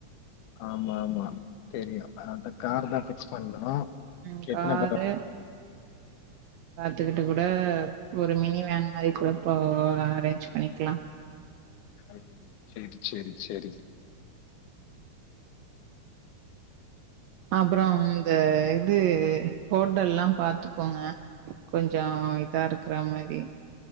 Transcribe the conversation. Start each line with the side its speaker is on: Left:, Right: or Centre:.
Left: ஆமா ஆமா தெரியும் அந்த கார் தான் பிக்ஸ் பண்ணணும்
Right: ம் காரு
Left: எத்தனை பேர்
Right: துக்கிட்டு கூட ஒரு மினி வேன் மாரி கூட அரேஞ்ச் பண்ணிக்கலாம்
Left: ம். சரி, சரி, சரி.
Right: அப்பறம் இந்த இது ஹோட்டல்லாம் பாத்துக்கோங்க கொஞ்சம் இதா இருக்குறா மாரி